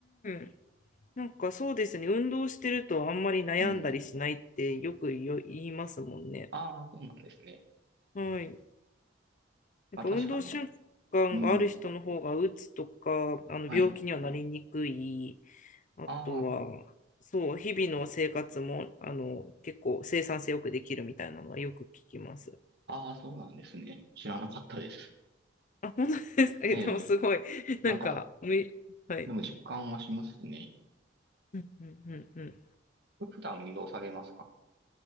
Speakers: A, on the left; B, on the right.
A: ん。なんかそうですね、運動してるとあんまり悩んだりしないってよくよ言いますもんね。
B: うん。ああ、そうなんですね。
A: はい。やっぱ運動習
B: あ、確かに。
A: 慣がある人の方が、
B: うん。
A: うつとか、あの病気にはなりにくい、
B: はい。
A: あとは、
B: あ
A: そう、日々の生活も、あの、結構生産性よくできるみたいなのはよく聞きます。
B: あ、ああ、そうなんですね。知らなかったです。
A: あ、本当ですか。<laughs> え、
B: ええ。
A: でもすごい、なんか、
B: なんか、
A: み、はい。
B: でも実感はしますね。
A: うんうんうんうん。
B: ふ普段運動されますか